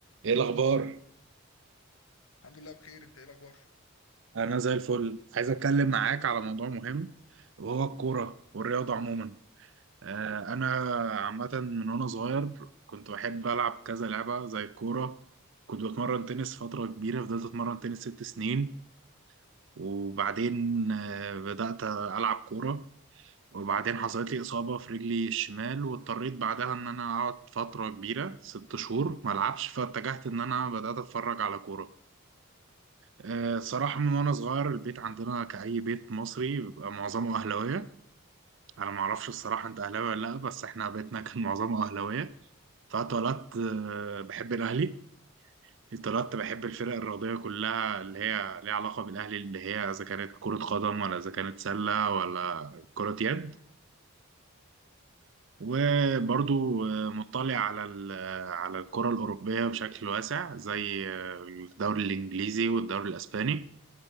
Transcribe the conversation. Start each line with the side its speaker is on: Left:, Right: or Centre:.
Right: ايه الاخبار
Left: الحمد لله بخير انت ايه الاخبار
Right: انا زي الفل عايز اتكلم معاك على موضوع مهم وهو الكوره والرياضه عموما آه، انا عامه من وانا صغير كنت بحب العب كذا لعبه زي الكوره كنت بتمرن تنس فتره كبيره فضلت اتمرن تنس ست سنين وبعدين آه، بدات العب كوره وبعدين حصلت لي اصابه في رجلي الشمال واضطريت بعدها ان انا اقعد فتره كبيره ست شهور ما العبش فاتجهت ان انا بدات اتفرج على كوره آه، صراحة من وأنا صغير البيت عندنا كأي بيت مصري بيبقى معظمه أهلاوية أنا معرفش الصراحة أنت أهلاوي ولا لأ بس إحنا بيتنا كان معظمه أهلاوية فاتولدت آه، بحب الأهلي اتولدت بحب الفرق الرياضية كلها اللي هي ليها علاقة بالأهلي اللي هي إذا كانت كرة قدم ولا إذا كانت سلة ولا كرة يد وبرضو آه، مطلع على ال- آه، على الكرة الأوروبية بشكل واسع زي آه، الدوري الإنجليزي والدوري الإسباني